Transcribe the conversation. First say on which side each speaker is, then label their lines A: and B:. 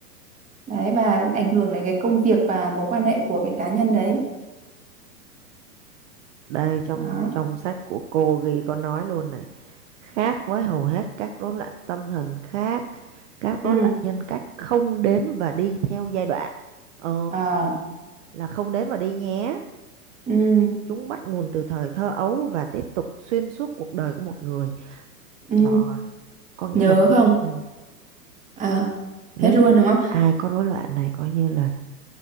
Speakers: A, on the right (about 15°); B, on the right (about 50°).
A: Đấy và ảnh hưởng đến cái công việc và mối quan hệ của cái cá nhân đấy.
B: Đây trong
A: Đó.
B: trong sách của cô ghi có nói luôn nè, khác với hầu hết các rối loạn tâm thần khác, các
A: Ừ.
B: rối loạn nhân cách không đến và đi theo giai đoạn. Ờ,
A: À.
B: là không đến và đi nhé.
A: Ừ.
B: Chúng bắt nguồn từ thời thơ ấu và tiếp tục xuyên suốt cuộc đời của một người.
A: Ừ.
B: Trời ơi, có nghĩa
A: Nhớ
B: là nếu
A: không?
B: ừ,
A: À.
B: nếu
A: Hết
B: như
A: luôn đúng không?
B: ai có rối loạn này coi như là